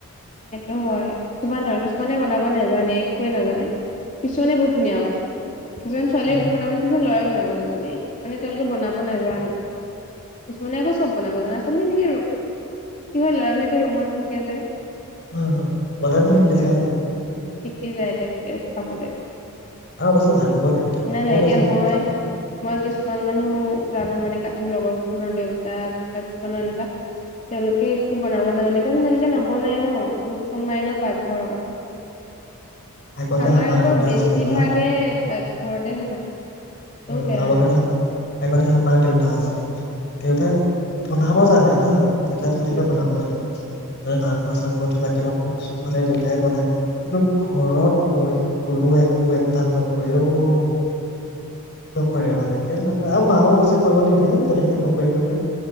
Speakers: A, on the left; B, on the left.
A: সেইটো হয় কিছুমান ন কিছুমানে বনাব নাজানে একোৱে নাজানে কিছুমানে বহুত ধুনীয়া বনায় কিছুমান ছোৱালীয়েও
B: অ
A: একো বনাব নাজানে কিছুমান লৰাই বনাব নাজানে মানে মানে তেওঁলোকে বনাব নেজানে কিছুমানে আকৌ চব বনাব জানে আচলতে নেকি আৰু কি হয় ল'ৰা বিলাকে ৰুমত থাকে যে
B: অ মতা
A: উ
B: মানুহে শিকি চাই নাজানো
A: শিকি যায় তেনেকে খাবলৈে
B: আৰু অৱশ্যে জানিব লাগে দে সকলোৱে
A: নাই নাই এতিয়া
B: জানো
A: মই
B: চব কথা
A: মই কিছুমান মানুহ জানো মানে মোৰ লগৰ কিছুমানৰ দেউতাক বা কিছুমানৰ এনেকুৱা তেওঁলোকে একো বনাব নাজানে কাৰণ জানিছে ন, ওপৰলৈ এনেও নোসোমাই ন পাকঘৰত।
B: আগতে
A: আমাৰ আকৌ
B: দেউতা
A: বেছিভাগে
B: আছিলে জানা
A: পাকঘৰত তেওঁ সোমাই থাকে। সেইটোও
B: উ উ উ
A: বেয়া
B: আমাৰ
A: মানে
B: কথা ভাবা। আগতে আমাৰ দেউতা আছিলে, দেউতাই বনাব জানে হা দেউতাই ধুনীয়াকৈ
A: উম
B: বনাব জানে। এই নামঘৰ-চামঘৰত হ'লে কিমান ভোগ-চোগ মানে দেউতাই বনাই, কিন্তু ঘৰত মৰি গলেওঁ একো এক ডালপাত সৰে অ'অঅ। নকৰে মানে, কেইলে নকৰে আৰু মাওঁ অৱশ্যে কৰিব নিদিয়ে তেনেকে নকৰি, নকৰি।